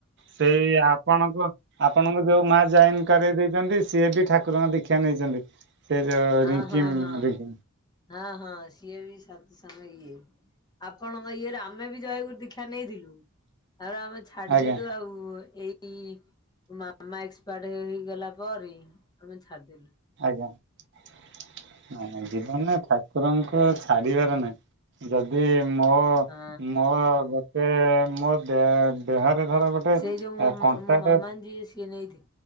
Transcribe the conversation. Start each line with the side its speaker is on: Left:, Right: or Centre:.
Right: ସେଇ ଆପଣଙ୍କୁ ଆପଣଙ୍କୁ ଯୋଉ ମା ଜଏନ୍ କରେଇ ଦେଇଚନ୍ତି ସିଏବି ଠାକୁରଙ୍କ ଦୀକ୍ଷା ନେଇଛନ୍ତି। ସେ ଯୋଉ
Left: ହଁ
Right: ରିଙ୍କି
Left: ହଁ ହଁ
Right: ରିଙ୍କି
Left: ହଁ ହଁ ସିଏ ବି ସତ ସଙ୍ଗ ଇଏ ଆପଣଙ୍କ ଇଏରେ ଆମେ ବି ଜୟଗୁରୁ ଦୀକ୍ଷା ନେଇଥିଲୁ ତାପରେ ଆମେ ଛାଡିଦେଲୁ
Right: ଆଜ୍ଞା
Left: ଆଉ ଏଇ ଇ ମାମା ଏକ୍ସପାଟେ ହେଇଗଲା ପରେ ଆମେ ଛାଡିିଦେଲୁ।
Right: ଆଜ୍ଞା ନାଇଁ ନାଇଁ ଜୀବନରେ ଠାକୁରଙ୍କୁ ଛାଡିବାର ନାହିଁ। ଯଦି ମୋ
Left: ହଁ
Right: ମୋ ଗୋଟେ ମୋ ଦେ ଦେହରେ ଧର ଗୋଟେ
Left: ସେଇ ଯୋଉ
Right: କଣ୍ଟାଟେ
Left: ମୋ ମାମା ଯିଏ ସିଏ ନେଇଥେ